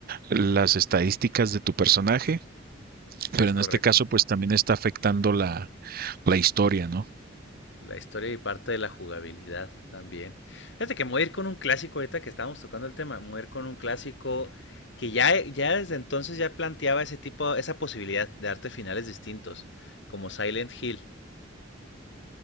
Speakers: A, on the right; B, on the left.
A: las estadísticas de tu personaje pero
B: Es
A: en
B: correcto.
A: este caso pues también está afectando la, la historia, ¿no?
B: La historia y parte de la jugabilidad también. Fíjate que me voy a ir con un clásico ahorita que estábamos tocando el tema, me voy a ir con un clásico que ya, ya desde entonces ya planteaba ese tipo, esa posibilidad de darte finales distintos, como Silent Hill.